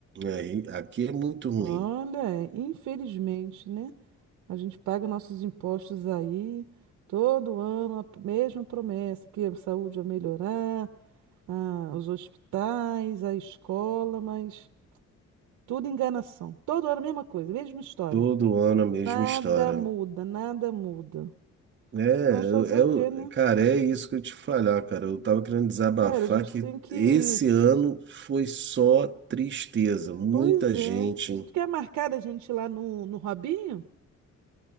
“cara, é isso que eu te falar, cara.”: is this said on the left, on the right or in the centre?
Right